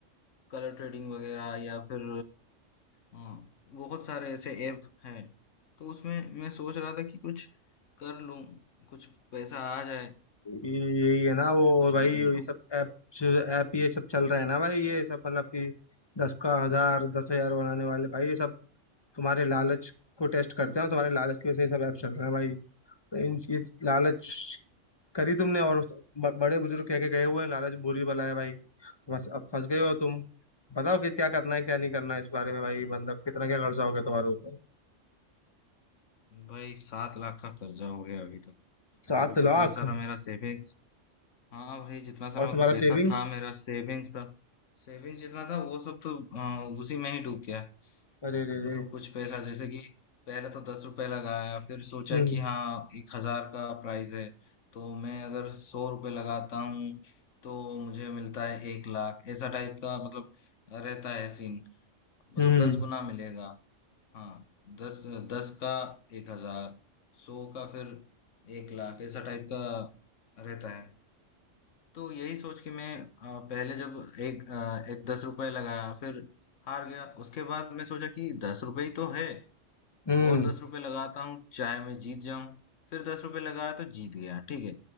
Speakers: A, on the left (about 75°); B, on the left (about 25°).
A: कलर ट्रेडिंग वगैरह या फिर अ, बहुत सारे ऐसे ऐप हैं तो उसमें मैं सोच रहा था कि कुछ कर लूं कुछ पैसा आ जाए
B: ये- यही है ना वो
A: तो कुछ
B: भाई
A: बन
B: ये
A: जाऊं
B: सब ऐप ऐप ये सब चल रहा है ना भाई ये सब मतलब कि दस का हजार दस हजार बनाने वाले भाई ये सब तुम्हारे लालच को टेस्ट करते हैं और तुम्हारे लालच की वजह से ये सब ऐप चल रहे हैं भाई तो इन ये लालच करी तुमने और ब, बड़े बुजुर्ग कह के गए हुए हैं लालच बुरी बला है भाई तो बस अब फंस गए हो तुम बताओ कि क्या करना है क्या नहीं करना है इस बारे में भाई मतलब कितना क्या कर्जा हो गया तुम्हारे ऊपर
A: भाई सात लाख का कर्जा हो गया अभी तक
B: सात
A: मतलब जितना
B: लाख
A: सारा मेरा सेविंग्स हाँ भाई जितना सारा
B: और तुम्हारा
A: मतलब पैसा
B: सेविंग्स
A: था मेरा सेविंग्स था सेविंग्स जितना था वो सब तो अ, उसी में ही डूब गया
B: अरे रे
A: मतलब
B: रे
A: कुछ पैसा जैसे कि पहले तो दस रुपए लगाया फिर सोचा
B: हम्म
A: कि हाँ एक हजार का प्राइस है तो मैं अगर सौ रुपए लगाता हूँ तो मुझे मिलता है एक लाख ऐसा टाइप का मतलब रहता है सीन मतलब
B: हम्म
A: दस गुना मिलेगा हाँ दस दस का एक हजार सौ का फिर एक लाख ऐसा टाइप का रहता है तो यही सोच के मैं अ, पहले जब एक अ, एक दस रुपए लगाया फिर हार गया उसके बाद मैं सोचा कि दस रुपए ही तो है
B: हम्म
A: और दस रुपए लगाता हूँ चाहे मैं जीत जाऊं फिर दस रुपए लगाया तो जीत गया ठीक है